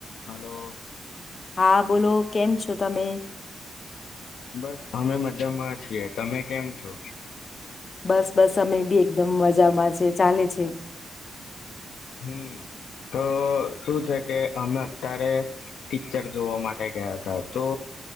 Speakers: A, on the left; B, on the left.
A: Hello
B: હા બોલો કેમ છો તમે
A: બસ અમે મજ્જમમાં છીએ તમે કેમ છો
B: બસ બસ અમે બી એકદમ મજામાં છે ચાલે છે
A: હમ તો શું છે કે અમે અત્યારે પિક્ચર જોવા માટે ગયા હતા તો